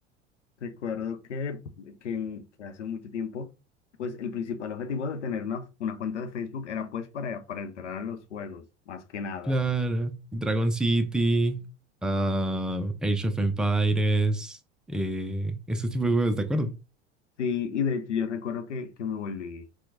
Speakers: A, on the left (about 80°); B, in the centre.
A: Recuerdo que, que, en- que hace mucho tiempo, pues el principal objetivo de tener una, una cuenta de Facebook era pues para, para entrar a los juegos, más que nada.
B: Claro, Dragon City, ah, Age of Empires, eh, ese tipo de juegos, ¿de acuerdo?
A: Sí, y de hecho yo recuerdo que, que me volví,